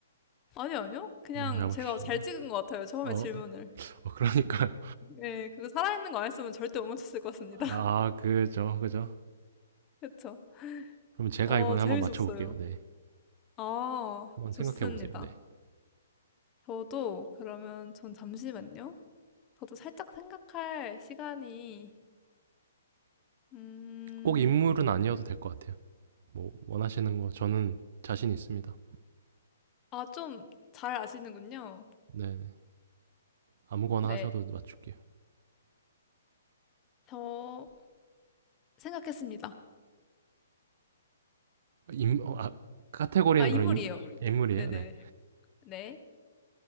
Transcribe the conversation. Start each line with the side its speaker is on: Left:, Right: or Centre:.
Left: 아니요, 아니요. 그냥
Right: 너무 잘 맞추시는데.
Left: 제가 잘 찍은 것 같아요. 처음에
Right: 어,
Left: 질문을.
Right: 어, 그러니까요.
Left: 예, 그거 살아있는 거 안 했으면 절대 못 맞췄을 것 같습니다.
Right: 아,
Left: <laughs>
Right: 그죠, 그죠.
Left: 그쵸?
Right: 그럼 제가
Left: 어,
Right: 이번에
Left: 재밌었어요.
Right: 한번 맞춰볼게요. 네.
Left: 아,
Right: 한번
Left: 좋습니다.
Right: 생각해 보세요. 네.
Left: 저도 그러면 전 잠시만요. 저도 살짝 생각할 시간이, 음,
Right: 꼭 인물은 아니어도 될 것 같아요. 뭐 원하시는 거 저는 자신 있습니다.
Left: 아, 좀 잘 아시는군요.
Right: 네. 네. 아무거나
Left: 네.
Right: 하셔도 맞출게요.
Left: 저 생각했습니다.
Right: 인, 어, 아, 카테고리는
Left: 아, 인물이에요.
Right: 그럼 인, 인물이에요.
Left: 네네네.
Right: 네.
Left: 네.